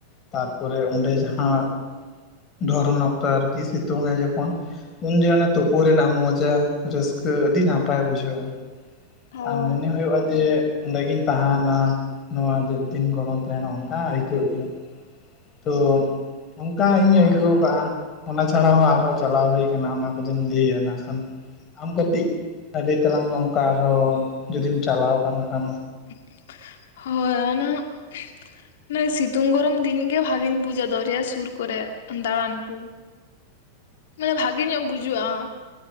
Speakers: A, on the left; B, on the left.
A: ᱛᱟᱨᱯᱚᱨᱮ ᱚᱸᱰᱮ ᱡᱟᱦᱟᱸ ᱫᱷᱚᱨᱚᱱ ᱚᱠᱛᱚ ᱟᱨᱠᱤ ᱥᱤᱛᱩᱝ ᱟᱭ ᱡᱚᱠᱷᱚᱱ ᱩᱱ ᱡᱮᱦᱚᱜ ᱛᱩᱯᱩ ᱨᱮᱱᱟᱜ ᱢᱚᱡᱟ ᱨᱟᱹᱥᱠᱟᱹ ᱟᱹᱰᱤ ᱱᱟᱯᱟᱭ ᱵᱩᱡᱷᱟᱹᱜ-ᱟ,
B: ᱦᱳᱭ
A: ᱟᱨ ᱢᱚᱱᱮ ᱦᱳᱭᱳᱜ-ᱟ ᱡᱮ ᱚᱸᱰᱮ ᱜᱮᱧ ᱛᱟᱦᱮᱱᱟ ᱱᱚᱣᱟ ᱡᱮᱫ ᱫᱤᱱ ᱜᱚᱨᱚᱢ ᱛᱟᱦᱮᱱᱟ ᱚᱱᱠᱟ ᱟᱹᱭᱠᱟᱹᱜ ᱜᱮᱭᱟ, ᱛᱚ ᱚᱱᱠᱟ ᱤᱧ ᱟᱹᱭᱠᱟᱹᱣ ᱠᱟᱜ-ᱟ, ᱚᱱᱟ ᱪᱷᱟᱲᱟ ᱦᱚᱸ ᱟᱨᱦᱚᱸ ᱪᱟᱞᱟᱣ ᱦᱩᱭ ᱟᱠᱟᱱᱟ ᱚᱱᱟ ᱠᱚ ᱫᱚᱧ ᱞᱟᱹᱭᱟ ᱚᱱᱟ ᱠᱷᱟᱱ ᱟᱢ ᱠᱟᱹᱴᱤᱡ ᱞᱟᱹᱭ ᱛᱟᱞᱟᱝ ᱢᱮ ᱚᱱᱠᱟ ᱟᱨᱦᱚᱸ ᱡᱚᱫᱤᱢ ᱪᱟᱞᱟᱣ ᱟᱠᱟᱱ ᱠᱷᱟᱱ?
B: <inaudible> ᱱᱮ ᱥᱤᱛᱩᱝ ᱜᱚᱨᱚᱢ ᱫᱤᱱ ᱜᱮ ᱵᱷᱟᱜᱤᱧ ᱵᱩᱡᱟ ᱫᱚᱨᱭᱟ ᱥᱩᱨ ᱠᱚᱨᱮ ᱫᱟᱬᱟᱱ ᱠᱩ, ᱢᱟᱱᱮ ᱵᱷᱟᱜᱮ ᱧᱚᱜ ᱵᱩᱡᱩᱜ-ᱟ᱾